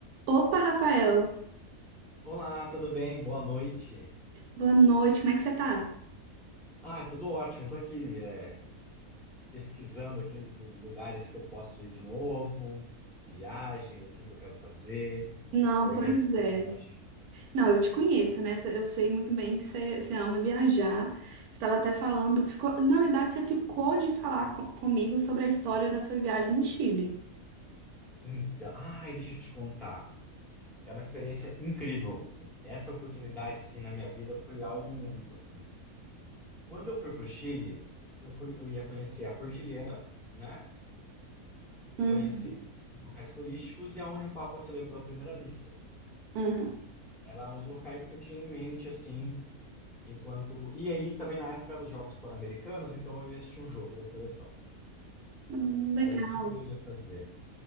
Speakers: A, on the right; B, in the centre.
A: Opa, Rafael,
B: Olá, tudo bem? Boa noite.
A: boa noite, como é que você tá?
B: Ah, tudo ótimo. Estou aqui é, pesquisando aqui lu- lugares que eu posso ir de novo, viagens assim que eu quero fazer,
A: Não,
B: organizar
A: pois é.
B: a viagem.
A: Não, eu te conheço, né? Eu sei muito bem que você, você ama viajar. Você estava até falando, ficou, na verdade, você ficou de falar co- comigo sobre a história da sua viagem no Chile.
B: Então, ai, deixa eu te contar. É uma experiência incrível. Essa oportunidade assim na minha vida foi algo único assim. Quando eu fui para o Chile, eu fui, eu ia conhecer a cordilheira, né?
A: Uhum,
B: Conhecer os locais turísticos e aonde o Papa celebrou a primeira missa.
A: uhum.
B: Eram os locais que eu tinha em mente assim Enquanto. E aí também na época eram os Jogos Pan-Americanos, então eu ia assistir um jogo da seleção.
A: Hum, Legal.
B: Era isso que eu ia fazer.